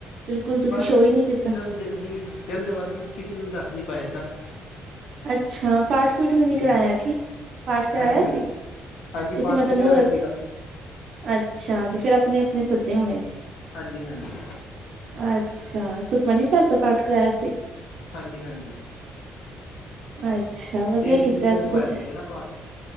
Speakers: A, on the right; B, on the left.
A: ਬਿਲਕੁਲ ਤੁਸੀਂ
B: ਬਸ
A: ਸ਼ੋਅ ਈ ਨਈ ਕੀਤਾ?
B: ਇਕਦਮ ਜਲਦੀ ਜਲਦਬਾਜ਼ੀ ਚ ਕਿਸੇ ਨੂੰ ਦੱਸ ਨੀ ਪਾਏਆ ਨਾ ਹਾਂਜੀ
A: ਅੱਛਾ ਪਾਠ ਪੂਠ ਵੀ ਨੀ ਕਰਾਇਆ
B: -ਹਾਂਜੀ-
A: ਕੀ ਪਾਠ ਕਰਾਇਆ
B: ਹਾਂਜੀ।
A: ਸੀ
B: ਹਾਂਜੀ
A: ਤੁਸੀਂ
B: ਪਾਠ
A: ਮਤਲਬ
B: ਵੀ ਕਰਾਏਆ
A: ਮਹੂਰਤ
B: ਸੀਗਾ।
A: ਅੱਛਾ ਤੇ ਫੇਰ ਆਪਣੇ-ਆਪਣੇ ਸੱਦੇ ਹੋਣੇ ਨੇ?
B: ਹਾਂਜੀ- ਹਾਂਜੀ।
A: ਅੱਛਾ, ਸੁਖਮਨੀ ਸਾਬ ਦਾ ਪਾਠ ਕਰਾਏਆ ਸੀ?
B: ਹਾਂਜੀ -ਹਾਂਜੀ।
A: ਅੱਛਾ ਵਧੀਆ
B: ਤਿੰਨ
A: ਕੀਤਾ
B: ਦਿਨ ਦਾ
A: ਜੀ
B: ਰਖਵਾਇਆ
A: ਤੁਸੀਂ,
B: ਸੀਗਾ ਨਾ ਪਾਠ